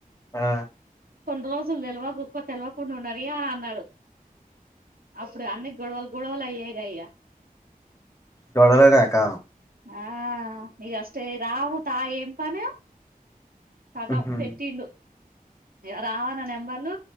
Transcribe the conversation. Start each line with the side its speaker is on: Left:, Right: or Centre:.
Left: ఆ
Right: కొన్ని రోజులు తెలవకు తెలివకుండా ఉండని అని అన్నాడు అప్పుడు అన్ని గొడవలు గొడవలు అయ్యాగా ఇక
Left: గొడవలేనే అక్క
Right: ఆ ఇక నగ అస్తే రావు తా ఏంపానే కదం
Left: ఉహు
Right: పెట్టిడు రావన్న నెంబర్లు